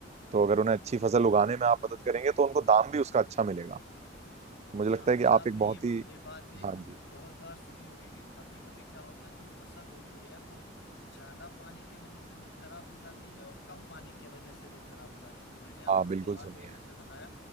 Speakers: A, on the right (about 35°); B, on the left (about 65°).
A: तो अगर उन्हें अच्छी फसल उगाने
B: हाँ
A: में आप मदद करेंगे तो उनको दाम भी उसका अच्छा मिलेगा तो मुझे लगता
B: हाँ
A: है
B: अच्छा
A: कि
B: आपने
A: आप एक बहुत
B: ये ब-
A: ही
B: ये बात भी
A: हाँ जी
B: बहुत बार सुनी होगी कि कभी कभी क्या होता है जो फसल होती है वो ज्यादा पानी के वजह से भी खराब हो जाती है और कम पानी के वजह से भी खराब हो जाती है तो मैंने आपको
A: हाँ बिल्कुल
B: शुरुआत
A: सुनिए
B: में जैसे बताया